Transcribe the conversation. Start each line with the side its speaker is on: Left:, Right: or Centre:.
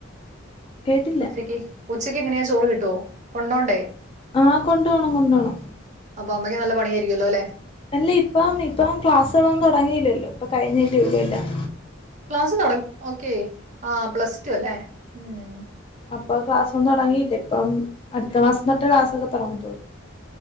Left: കേട്ടില്ല
Right: ഉച്ചയ്ക്ക്, ഉച്ചയ്ക്ക് എങ്ങനെയാ ചോറ് കിട്ടോ, കൊണ്ടോണ്ടേ?
Left: ആഹ്, കൊണ്ടുപോണം, കൊണ്ടോണം.
Right: അപ്പൊ അമ്മയ്ക്ക് നല്ല പണിയായിരിക്കുമല്ലോ അല്ലേ
Left: അല്ല ഇപ്പം ഇപ്പം ക്ലാസ്സുകളൊന്നും തൊടങ്ങിയില്ലല്ലോ ഇപ്പ കഴിഞ്ഞല്ലേ ഒള്ളൂ എല്ലാം.
Right: ക്ലാസ്സ് തൊടങ്ങി, ഓക്കേ ആഹ് പ്ലസ് ടു അല്ലേ. ഉം
Left: അപ്പോ ക്ലാസ്സൊന്നും തൊടങ്ങിയില്ലെ ഇപ്പം അടുത്ത മാസം തോട്ട് ക്ലാസ്സൊക്കെ തൊടങ്ങത്തൊള്ളൂ.